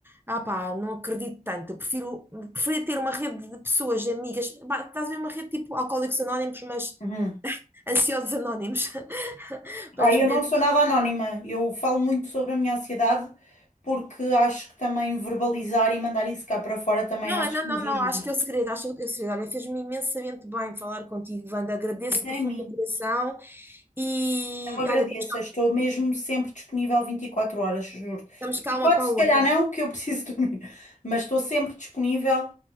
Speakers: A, on the right (about 15°); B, on the left (about 60°).
A: Ah pá, não acredito tanto. Eu prefiro, preferia ter uma rede de pessoas, de amigas. Pá, estás a ver uma rede tipo Alcoólicos Anónimos, mas
B: Uhum.
A: ansiosos anónimos. <laughs> Para
B: Ah,
A: nos
B: eu
A: poder...
B: não sou nada anónima. Eu falo muito sobre a minha ansiedade porque acho que também verbalizar e mandar isso cá para fora também
A: Não,
B: acho
A: é, não,
B: que
A: não,
B: nos ajuda.
A: não. Acho que é o segredo. Acho que é o segredo. Olha, fez-me imensamente bem falar contigo, Wanda. Agradeço-te
B: Até
A: do fundo
B: a mim.
A: do coração. E
B: Não agradeço.
A: olha, estamos cá,
B: Estou mesmo sempre disponível 24 horas, juro.
A: estamos
B: vinte
A: cá
B: e quatro
A: uma para
B: se
A: a outra.
B: calhar não, que eu preciso <laughs> dormir. Mas estou sempre disponível,